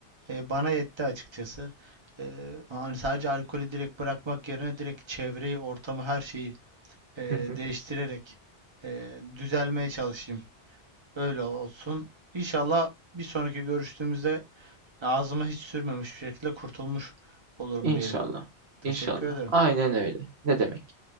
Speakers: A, on the right; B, on the right.
A: e, bana yetti açıkçası. E, hani sadece alkolü direkt bırakmak yerine direkt çevreyi, ortamı, her şeyi e,
B: <laughs>
A: değiştirerek e, düzelmeye çalışayım. Öyle olsun. İnşallah bir sonraki görüştüğümüzde Ağzıma hiç sürmemiş bir şekilde kurtulmuş olurum
B: İnşallah.
A: diyelim. Teşekkür
B: İnşallah.
A: ederim.
B: Aynen öyle. Ne demek?